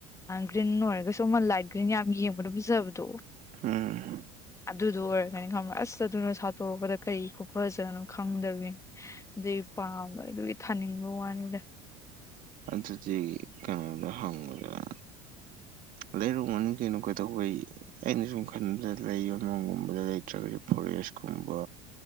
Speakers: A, on the left (about 15°); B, on the right (about 50°).
A: ꯒ꯭ꯔꯤꯟ ꯑꯣꯏꯔ ꯁꯣꯃꯟ ꯂꯥꯏꯠ ꯒ꯭ꯔꯤꯟ ꯌꯥꯝ ꯌꯦꯡꯕꯗ ꯐꯤꯖꯕꯗꯣ
B: ꯎꯝ
A: ꯑꯗꯨꯗꯣ ꯑꯣꯏꯔ ꯑꯗꯨꯃꯥꯏꯅ ꯈꯪꯕ ꯑꯁꯇ ꯑꯗꯨꯅ ꯁꯥꯠꯇꯣꯔꯛꯄꯗ ꯀꯩ ꯈꯨꯐꯖꯅꫭ ꯈꯪꯗꯕꯤꯅꯤ ꯑꯗꯨꯏ ꯄꯥꯝꯕ ꯑꯩ ꯑꯗꯨꯒꯤ ꯊꯥꯅꯤꯡꯕ ꯋꯥꯅꯤꯗ
B: ꯑꯗꯨꯗꯤ ꯀꯩꯅꯣꯗꯥ ꯍꯪꯉꯨꯗꯅ ꯂꯩꯔꯝꯒꯅꯤ ꯀꯩꯅꯣ ꯀꯩꯗꯧꯕꯩ ꯑꯩꯅ ꯁꯨꯝ ꯈꯟꯕꯗ ꯂꯩꯌꯣ ꯒꯨꯝꯕꯗ ꯂꯩꯇ꯭ꯔꯒꯗꯤ ꯐꯣꯔꯦꯁꯀꯨꯝꯕ